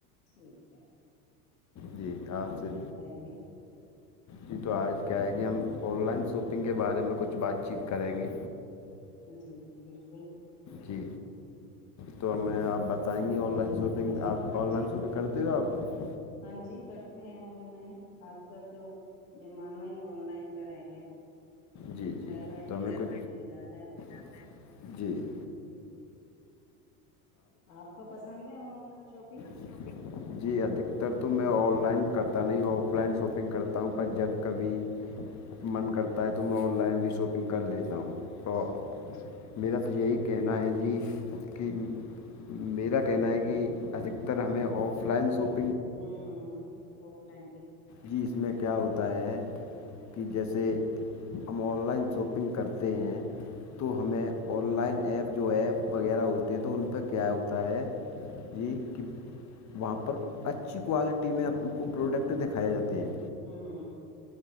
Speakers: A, on the left; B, on the left.
A: ٹھیک ہے
B: جی آپ سے
A: اور بتائیے
B: جی تو آج کیا ہے کہی ہم آن لائن شاپنگ کے بارے میں کچھ بات چیت کریں گے
A: جی بالکل
B: جی تو ہمیں آپ بتائیں گی آن لائن شاپنگ
A: ہاں جی
B: آپ آن لائن شاپنگ کرتے ہو آپ <unintelligible>
A: ہاں جی کرتے ہیں آن لائن آج کل تو زمانہ ہی آن لائن کا رہ گیا
B: جی جی
A: گھر بیٹھے
B: تو
A: ہی
B: ہمیں
A: سب
B: گھر
A: کچھ مل جاتا ہے
B: بیٹھے ہی جی
A: آپ کو پسند ہے آن لائن شاپنگ
B: <inaudible> <inaudible> جی ادھکتر تو میں آن لائن کرتا نہیں آف لائن شاپنگ کرتا ہوں پر جب کبھی من کرتا ہے تو میں آن لائن بھی شاپنگ کر لیتا ہوں تو
A: ٹھیک ہے
B: میرا تو یہی کہنا ہے جی کہ میرا کہنا ہے کہ ادکتر ہمیں آف لائن سوپ
A: ہوں ہ وہک لائ
B: جی اس میں کیا ہوتا ہے کہ جیسے ہم آن لائن شاپنگ کرتے ہیں تو ہمیں آن لائن ایپ جو ایپ وغیرہ ہوتے ہیں تو ان پہ کیا ہوتا ہے جی کہ وہاں پر اچھی کوالٹی میں آپ کو پروڈکٹ دکھ کھائے جاتے ہیں
A: ہوں ہاں